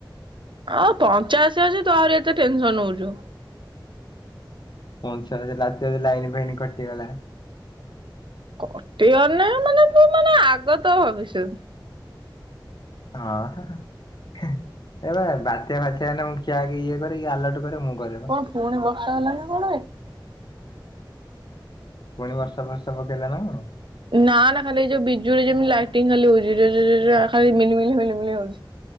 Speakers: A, on the right; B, on the left.
A: ଆଉ ପଞ୍ଚାଆଶୀ ଅଛି। ତୁ ଆହୁରି ଏତେ ଟେନସନ୍ ନଉଛୁ।
B: ପଞ୍ଚାଅଶି, ରାତିରେ ଯଦି ଲାଇନ ଫାଇନ କଟିଗଲା।
A: କଟିହନି ମାନେ ତୁ ମାନେ ଆଗତ ଭବିଷ
B: ହଁ ହିଁ ହିଁ। ଏ ଏବେ ବାତ୍ୟା ଫାତିଆ ହେଲେ, ମୁଁ କିଏ ଆଗେ ଇଏ କରେ କି, ଆଲର୍ଟ କରେ ମୁଁ। କରେ ବା।
A: କଣ ପୁଣି ବର୍ଷା ହେଲାଣି ନା କଣବେ।
B: ପୁଣି ବର୍ଷା ଫର୍ଷା ପକେଇଲା ନା କଣ?
A: ନା ନା ଖାଲି ଏଇ ଯୋଉ ବିଜୁଳି ଯେମତି ଲାଇଟିଙ୍ଗ୍ ଖାଲି ହଉଛି। ରେରେ ରେରେ ଏ ଖାଲି ମିନି ମିନି ମିନି ମିନି ହଉଛି।